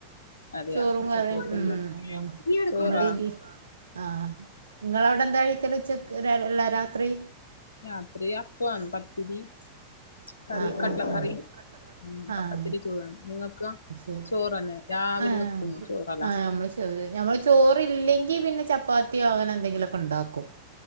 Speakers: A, on the left; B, on the right.
A: അതെയ
B: ചോറും
A: ഉച്ചക്ക്
B: കറിം
A: വെക്കുന്ന
B: മ്മ്ഹ് അതന്നെ
A: ചോറാ
B: നമ്മള് ബീ ആഹ് നിങ്ങളവിടെന്താ കഴികല് ഉച്ചക്ക് രാല്ല രാത്രി..
A: രാത്രി അപ്പോം ആണ് പത്തിരി.. കറി
B: ആഹ്
A: കട്ല
B: ആഹ് ആഹ്
A: കറി മ്മ്
B: ആഹ്
A: അപ്പത്തിരി ചൂവാണ് നിങ്ങകൊ..
B: ശരി
A: ചോറന്നെ രാവിലെ
B: ആഹ്
A: വെക്കും
B: ശ
A: ചോറലസ്..
B: ആഹ് ഞമ്മള് ചൊവ് നമ്മള് ചോറില്ലെങ്കി പിന്നെ ചപ്പാത്തിയോ അങ്ങനെ എന്തെങ്കിലുക്കെണ്ടാക്കും..